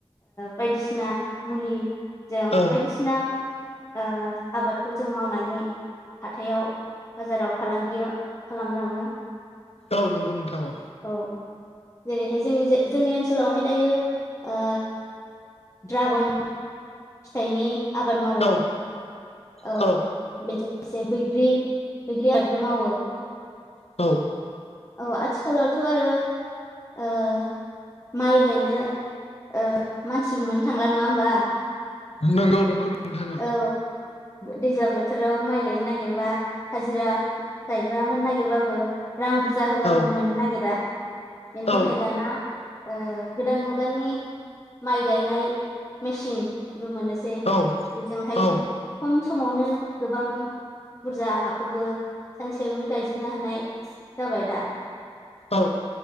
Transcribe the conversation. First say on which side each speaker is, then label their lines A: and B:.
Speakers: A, on the left (about 25°); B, on the left (about 75°).
A: बायदिसिना मुलिजों बा
B: औ
A: बायदिसिना बायसिना ओ आबादखौ जों मावनानै हाथायाव बाजाराव फालांगि खालामलाङो।
B: औ नंगौ नोंथां औ।
A: औ जेरैहाय जोंनि जोंनि ओनसोलावहाय दायो ओ ड्रागन फिथाइनि आबाद मावो
B: औ
A: औ।
B: औ
A: बेजों लोगोसे बैग्रि बैग्रि आबादबो मावो।
B: औ।
A: औ आथिखालावथ' आरो ओ माइ गायनो ओ मानसिबो मोननो थांला नङा होमबा।
B: नंगौ नंगौ नोंथां
A: औ दैज्लां बोथोराव माइ गायनो नागिरबा हाजिरा गायग्रानो नागिरबाबो रां बुरजा
B: औ
A: होबाबो
B: औ
A: मोननो नागिरा बेनि
B: औ
A: थाखाय दाना ओ गोदान मुगानि माइ गायनाय मेसिनबो मोनोसै
B: औ
A: बेजोंहाय
B: औ
A: खम समावनो गोबां बुरजा हाखौबो सानसेयावनो गायजोबनो हानाय जाबाय दा
B: औ